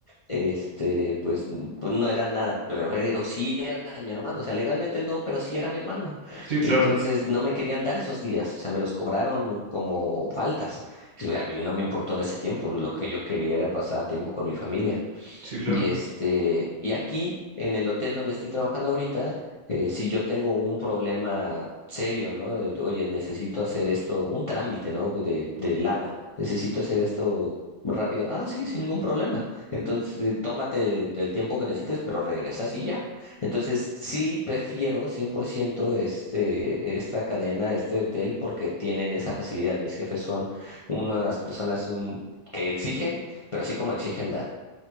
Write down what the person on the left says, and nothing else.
este pues, n- pues no era nada, pero, pero sí era mi hermano, o sea, legalmente no, pero sí era mi hermano.
Entonces no me querían dar esos días, o sea, me los cobraron como faltas. Y a mí no me importó en ese tiempo, lo que yo quería era pasar tiempo con mi familia.
Y este, y aquí, en el hotel donde estoy trabajando ahorita, eh, si yo tengo un problema serio, ¿no? De, Oye, necesito hacer esto, un trámite, ¿no? De, del agua, necesito hacer esto rápido. Ah, sí, sin ningún problema. Entonces, eh, tómate el tiempo que necesites, pero regresas y ya. Entonces, sí prefiero 100% este, esta cadena, este hotel, porque tienen esa facilidad. Mis jefes son unas personas mm, que exigen, pero así como exigen, dan.